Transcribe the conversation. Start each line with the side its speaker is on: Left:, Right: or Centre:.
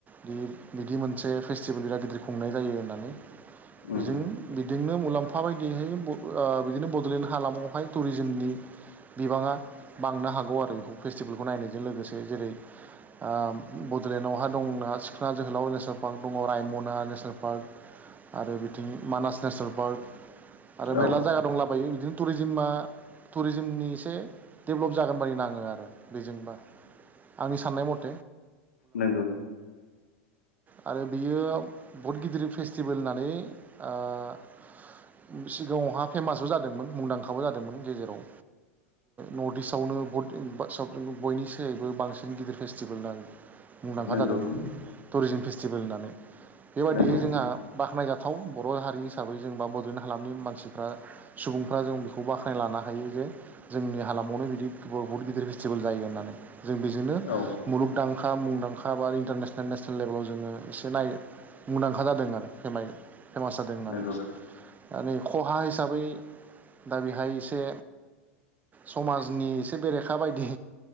Right: बे बिदि मोनसे फेस्टिभेल बिराद गिदिर खुंनाय जायो होननानै, बेजों
Left: उम
Right: दिंनो मुलाम्फा बायदिहाय ब ओ बिदिनो बडलेण्ड हालामावहाय टुरिजमनि बिबाङा बांनो हागौ आरो बेखौ फेस्टिभेलखौ नायनायजों लोगोसे जेरै आम बडलेण्डआवहा दंना सिखना जोहोलाव नेसनेल पार्क दङ, रायमना नेसनेल पार्क आरो बिथिं मानास नेसनेल पार्क आरो मेरला
Left: औ
Right: जायगा दंलाबायो बिदिनो टुरिजिमा टुरिजमनि एसे डेभेलप जागोन बदि नाङो आरो बेजोंबा आंनि साननाय म
Left: नोंगौ
Right: आरो बियो बहुत गिदिर फेस्ट भेल होननानै ओ सिगाङावहा फेमासबो जादोंमोन मुंदांखाबो जादोंमोन गेजेराव नर्थ इस्टआवनो बद इम बा साफ्रोमबो बयनि सायबो बांसिन गिदिर फेस मुंदांखा
Left: नंगौ
Right: जादों टुरिजिम फेस्टिभेल होननानै बेबायदिहै
Left: नंगौ
Right: जोंहा बाख्नायजाथाव बर' हारि हिसाबै जों बा बड'लेण्ड हालामनि मानसिफ्रा सुबुंफ्रा जों बेखौ बाख्नाय लाना हायो जे जोंनि हालामावनो बिदि बहुत गिदिर फेस्टिभेल जायो होननानै जों बेजोंनो
Left: औ
Right: मुलुगदांखा मुंदांखा बा इन्टारनेसनेल नेसनेल लेभेलाव जोङो एसे नाय मुंदांखा जादों आरो फेमास जादों होननानै
Left: नंगौ
Right: दा नै खहा हिसाबै दा बेहाय एसे समाजनि एसे बेरेखा बायदि